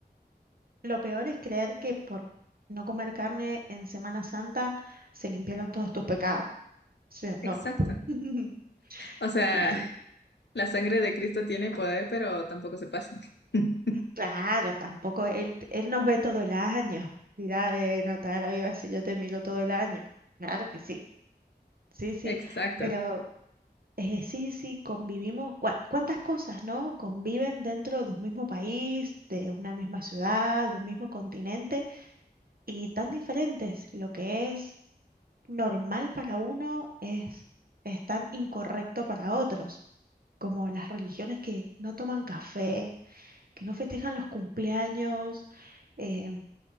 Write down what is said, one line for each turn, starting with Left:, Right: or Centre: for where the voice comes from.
Right: Lo peor es creer que por no comer carne en Semana Santa se limpiaron todos tus pecados. O sea, no.
Left: Exacto.
Right: <laughs>
Left: O sea,
Right: Sí, sí.
Left: La sangre de Cristo tiene poder, pero tampoco se pasa. <laughs>
Right: Claro, tampoco él, él nos ve todo el año. Dirá, eh, no te hagas la viva si yo te miro todo el año. Claro que sí. Sí, sí.
Left: Exacto.
Right: Pero Eh, sí, sí, convivimos. cua- ¿Cuántas cosas, no? Conviven dentro de un mismo país, de una misma ciudad, de un mismo continente y tan diferentes. Lo que es normal para uno es, es tan incorrecto para otros, como las religiones que no toman café, que no festejan los cumpleaños, eh,